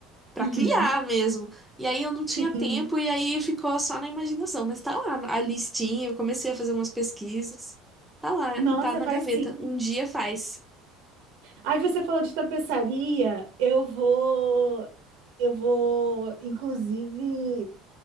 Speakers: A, in the centre; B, on the right.
A: para
B: Uhum.
A: criar mesmo. E aí eu não tinha
B: Sim.
A: tempo e aí ficou só na imaginação, mas tá lá a listinha, eu comecei a fazer umas pesquisas. Tá lá,
B: Nossa,
A: tá na
B: vai
A: gaveta.
B: sim.
A: Um dia faz.
B: Aí você falou de tapeçaria, eu vou, eu vou, inclusive.